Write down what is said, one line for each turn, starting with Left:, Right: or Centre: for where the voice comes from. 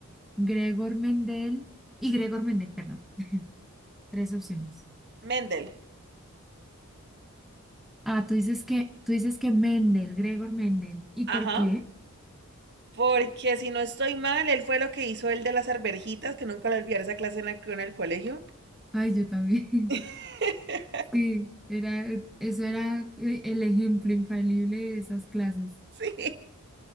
Centre: Gregor Mendel y Gregor Mendel, perdón. Tres opciones.
Right: Mendel.
Centre: Ah, tú dices que, tú dices que Mendel, Gregor Mendel. ¿Y por
Right: Ajá.
Centre: qué?
Right: Porque si no estoy mal, él fue lo que hizo el de las arvejitas, que nunca lo olvidaré esa clase en la- en el colegio.
Centre: Ay, yo también.
Right: <laughs>
Centre: Sí, era, e, eso era eh, el ejemplo infalible de esas clases.
Right: Sí.